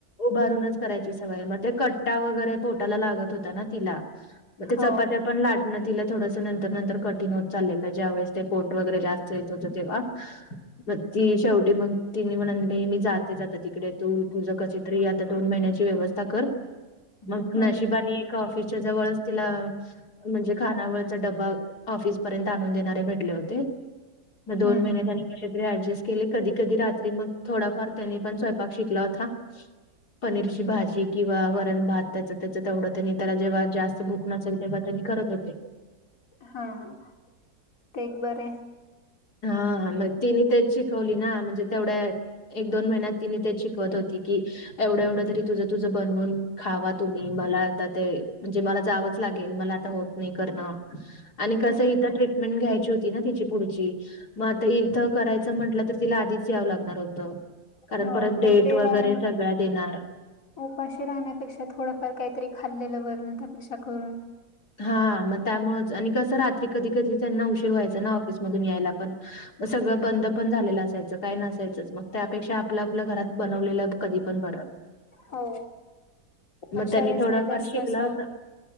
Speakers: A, on the left; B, on the left.
A: उभारूनच करायची सवय,, मग ते कट्टा वगैरे पोटाला लागत होता ना तिला. मग ते
B: हो
A: चपात्या पण लाटणं तिला थोडस नंतर, नंतर कठीण होत चाललेलं, ज्यावेेळेस ते पोट वगैरे जास्त येत होतं तेव्हा
B: स
A: मग ती शेवटी मग तिने म्हनली मी जातेच आता तिकडे, तू, तुझं कशी तरी आता दोन महिन्याची व्यवस्था कर,, मग
B: हम्म
A: नशिबानी आफीसच्या जवळच तिला, म्हणजे खाना चा डबा आफिस पर्यंत आणून देनारे भेटले होते, म दोन
B: हम्म
A: महिने कशे तरी अॅडजस्ट केले कधी, कधी रात्री, मग थोडाफार त्यांनी पण स्वयंपाक शिकला होता. पनीरची भाजी किंवा वरण भात,, त्याच त्याचं तेवढंच नाही त्याला जेव्हा जास्त भुक नसल. तेव्हा त्यांनी करत होते.
B: हा, हा ते एक बरंय.
A: हा, हा, मग तिने तेच शिकवली ना,, म्हणजे तेवढ्याऽ एक दोन महिन्यात तिने त्या शिकवत होती की एवढ्या एवढ्या तरी तुझं तुझं बनवून खावा तुम्ही,, मला आता ते म्हणजे मला जावंच लागेल, ळ मला आता होत. नाही करणं,, आणि कसं,
B: हम्म
A: इथ ट्रीटमेंट घ्यायची होती ना तिची पुढची मग आता इथं करायचं म्हटलं तर तिला आधीच यावं लागणार होतं. कारण
B: हो
A: परत
B: मग
A: डेट
B: ते
A: वगैरे
B: काय
A: सगळ्या देणारऽ
B: उपाशी राहण्यापेक्षा थोडंफार काहीतरी खाल्लेलं बरं, न त्यापेक्षा करून.
A: हा मग त्यामुळेच आणि कसं रात्री कधी कधी त्यांना उशीर व्हायचं ना ऑफिसमधून यायला पण सगळं बंद पण झालेलं असायचं काय नसायचंच मग त्यापेक्षा आपलं आपलं घरात बनवलेलं कधी पण बरं.
B: हो
A: मग
B: अशा
A: त्यांनी
B: वेळेस
A: थोडाफार
B: नाही जास्त
A: शिकला
B: असं
A: होता..